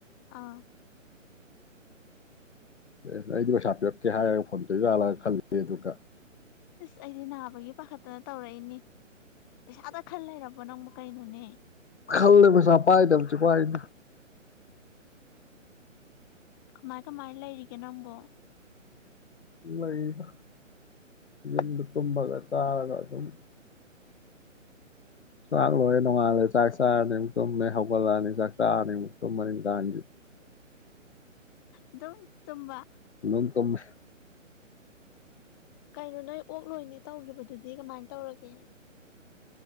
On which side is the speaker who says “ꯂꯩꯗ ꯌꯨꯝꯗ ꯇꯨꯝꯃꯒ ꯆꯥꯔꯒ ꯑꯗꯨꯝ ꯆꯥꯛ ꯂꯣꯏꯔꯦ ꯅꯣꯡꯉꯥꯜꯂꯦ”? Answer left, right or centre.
Left